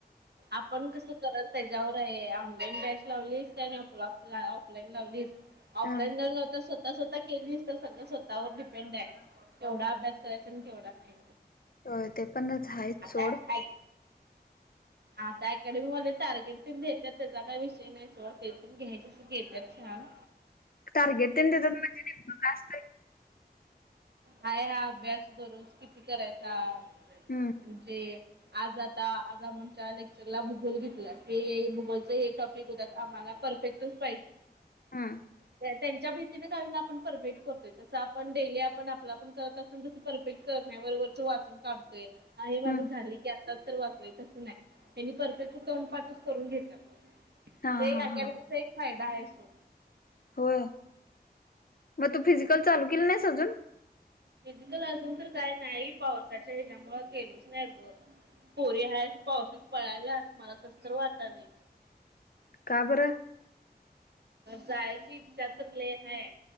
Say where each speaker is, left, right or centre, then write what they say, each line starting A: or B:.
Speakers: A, on the right (about 80°); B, on the left (about 60°).
A: आपण कसं करल त्याच्यावर आहे, ऑनलाईन बॅच लावलीस, काय आपल्या आप ऑफलाईन लावलीस, ऑफलाईन
B: हा हम्म
A: ला नव्हत स्वतः स्वतः केलीच तर सगळं स्वतःवर डिपेंड आहे. एवढा अभ्यास कर पण तेवढा नाही.
B: होय ते पणच आहेच
A: आता
B: सोड.
A: ऐक आता अकॅडमीवाले टारगेट तेन देतात, त्याचा काय विषय नाही सोड ते पण घ्यायचंच. देत्यात छान
B: टारगेट तेन देत्यात म्हणजे नेमकं काय असतयं?
A: हाय हा अभ्यास दररोज किती करायचा,
B: हा
A: आणि जे आज आता आज म्हणच्या लेक्चरला भूगोल घेतला, ते भूगोलच हे टॉपिक होत, आम्हांला पर फेक्टचं पाहिजे.
B: हम्म
A: त्यांच्या भीतीने कारण आपण परफेक्ट करतोय तसं पण डेली आपण आपला पण करत असेल तस परफेक्ट करत नाही वरवरचे वाचून काढतोय. हे माझं
B: हम्म
A: झाले की आताच तर वाचलंय तसं नाही त्यांनी परफेक्टच तोंड पाठच करून घेतात.
B: हा
A: ते
B: हा
A: अकॅडमीचा
B: हा
A: एक फायदा आहे सो.
B: होय मग तू फिजिकल चालू केली नाहीस अजून
A: फिजिकल अजून तर काय नाही पावसाच्या हच्यामुळे केेलच नाही ग पोरी आहे पावसात पळाल्यात मला कस तरी वाटाले
B: का बरं?
A: जायची इच्छा तर लेय आहे